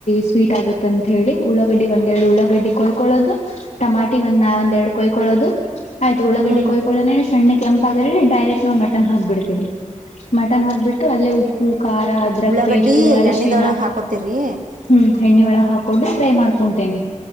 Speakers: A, on the left; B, on the right.
A: ಸ್ವೀಟ್ ಆಗುತ್ತ ಅಂತ ಹೇಳಿ ಉಳ್ಳಾಗಡ್ಡಿ ಒಂದೆರಡು ಉಳ್ಳಾಗಡ್ಡಿ ಕೊಯ್ಕೊಳ್ಳೋದು ಟಮಾಟಿ ಒಂದ್ ನ ಒಂದೆರಡ್ ಕೊಯ್ಕೊಳ್ಳೋದು. ಆಯ್ತುಳಗಡ್ಡಿ
B: ಹ್ಮ್
A: ಕೊಯಕೊಳ್ಳೋಣ ಸ್ಣ. ಕೆಂಪಾದ್ರೆ ಡೈರೆಕ್ಟ್ ನಾವು ಮಟನ್ ಹಾಕ್ಬಿಡ್ತೀವಿಿ ಮಟನ್ ಹಾಕ್ಿಬಿಟ್ಟು ಅಲ್ಲೇ ಉಪ್ಪು. ಖಾರ ಅದ್ರಕ್
B: ಉಳ್ಳಾಗಡ್ಡಿ
A: ಪೇಸ್ಟು ಅರಿಶಿಣ
B: ಎಣ್ಣಿದೊಳಗ್ ಹಾಕೋತಿರ್ರಿ.
A: ಹ್ಮ್ ಎಣ್ಣಿ ಒಳಗೆ ಹಾಕೊಂಡು ಫ್ರೈ ಮಾಡ್ಕೊತೇನೆ.